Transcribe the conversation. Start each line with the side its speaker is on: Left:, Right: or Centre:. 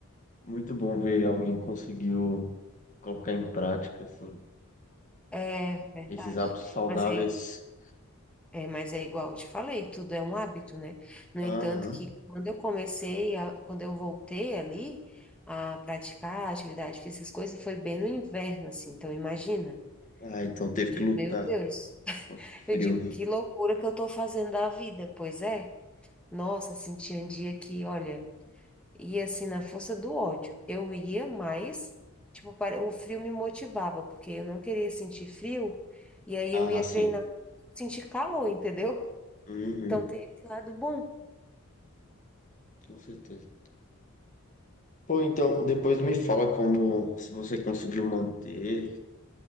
Left: muito bom ver alguém conseguiu colocar em prática assim
Centre: É, verdade.
Left: esses hábitos saudáveis.
Centre: Mas aí É, mas é igual eu te falei, tudo é um hábito, né? No
Left: Aham.
Centre: entanto, que quando eu comecei, a- quando eu voltei ali a praticar atividade física, essas coisas, foi bem no inverno, assim. Então, imagina.
Left: Ah, então teve
Centre: Eu digo,
Left: que lutar.
Centre: meu Deus.
Left: Pô, que Frio.
Centre: Eu digo, que loucura que eu tô fazendo da vida. Pois é. Nossa, assim, tinha um dia que, olha, ia assim na força do ódio. Eu ia mais, tipo, para... o frio me motivava, porque eu não queria sentir frio. E aí
Left: Ah,
Centre: eu ia
Left: sim.
Centre: treinar, sentir calor, entendeu?
Left: Uhum.
Centre: Então tem esse lado bom.
Left: Com certeza. Pô, então, depois me fala como se você conseguiu manter.